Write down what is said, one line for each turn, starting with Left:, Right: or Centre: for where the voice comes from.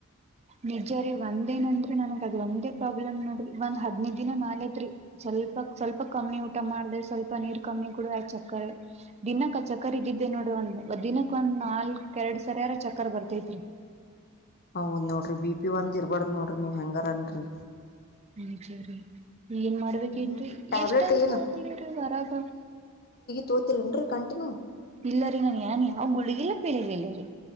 Right: ನಿಜಾರಿೀ ಒಂದೇನಂದ್ರಿ ನನಗ್ ಅದ್ ಒಂದೇ ಪ್ರಾಬ್ಲಮ್ ನೋಡ್ರಿ ಒಂದ್ ಹದ್ದ್ ದಿನ ಮಾಲತ್ಲ್ಪ ಸ್ವಲ್ಪ ಸ್ವಲ್ಪ ಕಮ್ಮಿ ಊಟ ಮಾಡ ಸ್ವಲ್ಪ ನೀರ್ ಕಮ್ಮಿ ಕಡ ಆ ಚಕ್ಕರೆ ದಿನಕ್ಕೆ ಚಕ್ಕರ್ ಇದಿದ್ದೇ ನೋಡ್ರಿ ಒಂದ್ ಒ್ ದಿನಕ್ಕೆ ಒಂದ್ ನಾಲ್ಕ ಎರಡ್ ಸರಿಯಾರ ಚಕರ್ ಬರ್ತೈತ್ರಿ
Left: ಹೌದ್ ನೋಡ್ರಿ ಬಿ ಪಿ ಒಂದ್ ಇರ್ಬಾರಡ್ದ್ ನೋಡ್ರಿ ನೀವ್ ಹೆಂಗರನ್ರಿ
Right: ಹೂ ಸರಿ ಏನ್ ಮಾಡ್ಬೇಕೇನ
Left: ಹ್ಮ್ ಟ್ಯಾಬ್ಲೆಟ್
Right: ಎಷ್ಟಂತ
Left: ಏನು
Right: ಹೋಗಲರೀ ವರಾಗ
Left: ತೋತರಿನ್ರಿ ಕಂಟನು
Right: ಇಲ್ಲರಿಂಗ ಏನ್ ಯಾವ ಗುಳಿಗಿಲ್ಲ ಪೀಳಿಗ್ ಇಿಲ್ಲರಿ